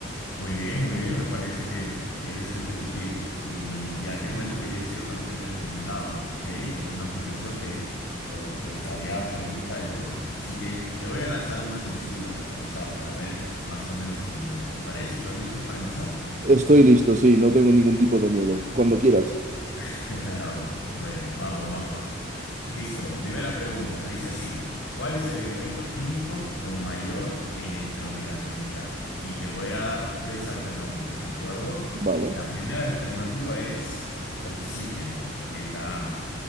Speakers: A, on the left (about 65°); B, on the right (about 35°).
A: Muy bien, muy bien, me parece que, que eres competitivo. Y ya te cuento que yo he sido campeón de Preguntados, ¿ok? Que es una aplicación que po- pues había pregunta de todo. Así que te voy a lanzar una sencilla para empezar, para ver más o menos tu nivel. ¿Te parece? ¿Estás listo para empezar?
B: Estoy listo, sí. No tengo ningún tipo de miedo. Cuando quieras.
A: <laughs> Bueno, vamos, vamos. Listo, primera pregunta. Dice así, ¿cuál es el elemento químico con mayor electronegatividad? Y te voy a dar tres alternativas, ¿de acuerdo?
B: Vale.
A: La primera alternativa es oxígeno, letra A.